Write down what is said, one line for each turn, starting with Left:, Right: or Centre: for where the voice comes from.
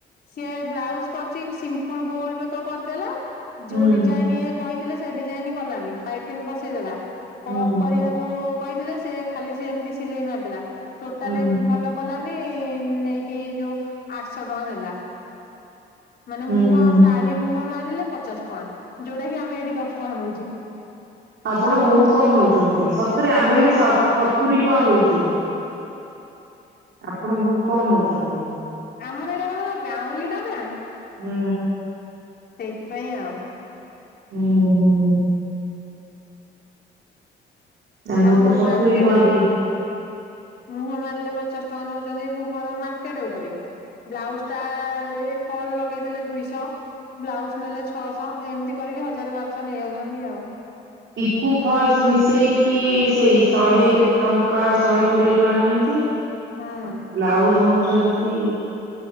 Left: ସିଏ ବ୍ଲାଉଜ କରିଛି ସିମ୍ପଲ ଗୋଲ ବେକ କରିଦେଲା ଯୋଉ
Right: ହୁଁ ହୁଁ
Left: ଡିଜାଇନ ଇ କହିଥିଲେ ସେ ଡିଜାଇନି କଲାନି ପାଇପିନ୍ ବସେଇଦେଲା ପପ
Right: ହୁଁ
Left: କରିବାକୁ କହିଥିଲେ ସିଏ ଖାଲି ସିଏ ଏମିତି ସିଲେଇ ମାରଦେଲା ଟୋଟାଲେ
Right: ହୁଁ
Left: ଭଲ କଲାନି ନେଇକି ଯୋଉ ଆଠଶହ ଟଙ୍କା ନେଲା। ମାନେ ମୁହଁ
Right: ହୁଁ
Left: ଶାଢୀ ମୁହଁ ମାରିଲେ ପଚାଶ ଟଙ୍କା ଯୋଉଟା କି ଆମେ ଏଇଠି ଦଶ ଟଙ୍କା ନଉଛୁ।
Right: ଆପଣ ବହୁତ କମ ନଉଛନ୍ତି ସତରେ ଆମେ
Left: ହଁ
Right: ବି ସ ସତୁରୀ ଟଙ୍କା ଦଉଛୁ। ଆପଣ ବହୁତ କମ ନଉଛନ୍ତି।
Left: ଆମର ଏଇଟା କଣ କହିଲ ଗାଉଁଲି ଟା ନା
Right: ହୁଁ।
Left: ସେଇଥିପାଇଁ ଆଉ
Right: ହୁଁ ହୁଁ। ନା ମୁଁ
Left: ଆଉ
Right: ତ ସତୁରି
Left: ମାର୍କେଟେ
Right: ଟଙ୍କା ଦିଏ
Left: ମୁହଁ ମାରିଲେ ପଚାଶ ଟଙ୍କା ନଉଛନ୍ତି ଭୁବନ ମାର୍କେଟ ଉପରେ ବ୍ଲାଉଜଟା ଏଇ ଫଲ ଲଗେଇଦେଲେ ଦୁଇଶହ ବ୍ଲାଉଜ ନେଲେ ଛଅଶହ ଏମିତି କରିକି ହଜାର ବାରଶହ ନେଇଯାଉଛନ୍ତି ଆଉ।
Right: ପିକୁ ଫଲ୍ସ ମିଶେଇକି ସେଇ ଶହେ କେତେ ଟଙ୍କା ଶହେ କୋଡ଼ିଏ ଟଙ୍କା ନିଅନ୍ତି ଆଉ
Left: ହୁଁ।
Right: ବ୍ଲାଉଜ ନଉଛନ୍ତି